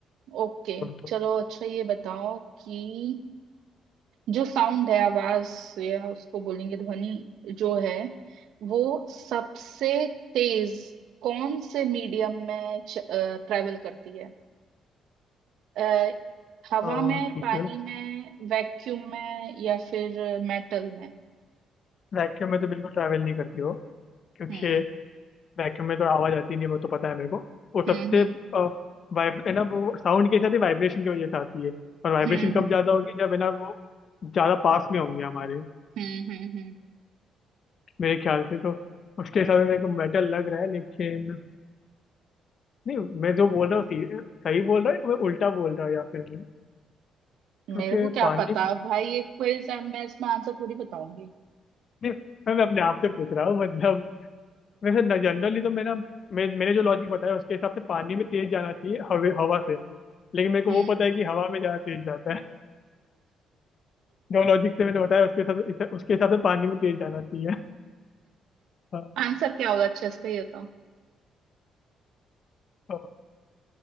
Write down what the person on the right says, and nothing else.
ओके
चलो अच्छा ये बताओ कि जो साउंड है आवाज या उसको बोलेंगे ध्वनि जो है वो सबसे तेज कौन से मीडियम में ट्रेवल करती है अ, हवा
में
पानी
में वैक्यूम में या फिर मेटल में
हम्म
हम्म
हम्म
हम्म
हम्म हम्म हम्म
मेरे
को क्या
पता भाई ये क्विज है मैं इसमें आंसर थोड़ी बताऊंगी
हम्म
आंसर क्या होगा अच्छा इसका ये बताओ